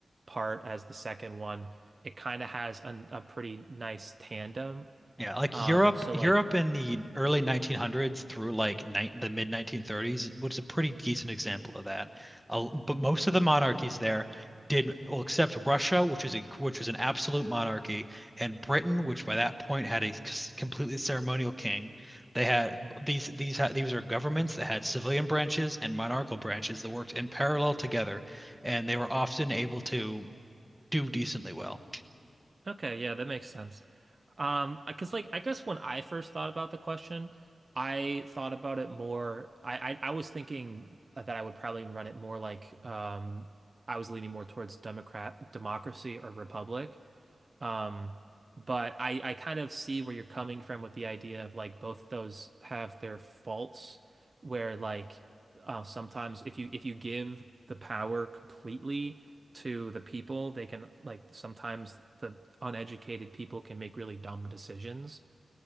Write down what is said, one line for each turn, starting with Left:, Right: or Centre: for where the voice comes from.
Right: part as the second one, it kind of has an, a pretty nice tandem.
Centre: Yeah, like
Right: Um
Centre: Europe,
Right: so
Centre: Europe
Right: like
Centre: in the early 1900s through like ni the mid 1930s was a pretty decent example of that. Uh, but most of the monarchies there did well, except Russia, which is a which was an absolute monarchy, and Britain, which by that point had a c- completely ceremonial king. They had these these had, these are governments that had civilian branches and monarchical branches that worked in parallel together, and they were often able to do decently well.
Right: okay, yeah, that makes sense. Um, because like I guess when I first thought about the question, I thought about it more. I, I I was thinking that I would probably run it more like um I was leaning more towards Democrat democracy or republic. Um, but I, I kind of see where you're coming from with the idea of like both of those have their faults, where like uh, sometimes if you if you give the power completely to the people, they can like sometimes the uneducated people can make really dumb decisions.